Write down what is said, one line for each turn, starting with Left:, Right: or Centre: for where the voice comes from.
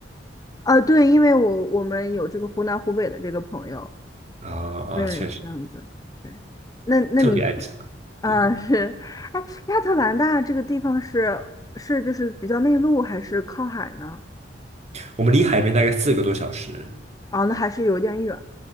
Left: 啊对，因为我我们有这个湖南湖北的这个朋友，
Right: 啊
Left: 对，
Right: 啊，确实
Left: 这样子，对，那那你
Right: 特别爱吃辣。
Left: 啊、
Right: 嗯，
Left: 是，哎，亚特兰大这个地方是是就是比较内陆还是靠海呢？
Right: 我们离海边大概四个多小时。
Left: 啊，那还是有点远。